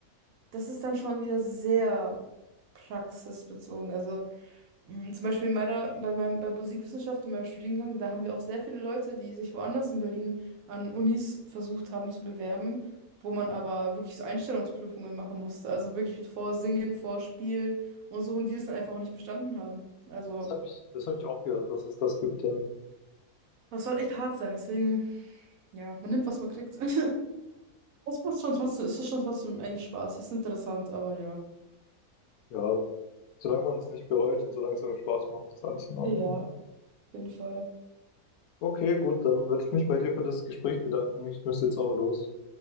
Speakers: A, on the right; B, on the left.
A: das ist dann schon wieder sehr praxisbezogen. Also mh, zum Beispiel in meiner, bei meinem, bei Musikwissenschaft, in meinem Studiengang, da haben wir auch sehr viele Leute, die sich woanders in Berlin an Unis versucht haben zu bewerben, wo man aber wirklich so Einstellungsprüfungen machen musste. Also wirklich vor Singen, vor Spielen und so, und die das dann einfach auch nicht bestanden haben. Also,
B: Das habe ich, das hab ich auch gehört, dass es das gibt, ja.
A: das soll echt hart sein, deswegen. Ja, man nimmt, was man kriegt. <laughs> Das macht schon trotzdem, es ist schon trotzdem eigentlich Spaß. Ist interessant, aber ja.
B: Ja, solange man es nicht bereut und solange es einem Spaß macht, ist alles in Ordnung.
A: Ja, auf jeden Fall.
B: Okay, gut, dann würde ich mich bei dir für das Gespräch bedanken. Ich müsste jetzt auch los.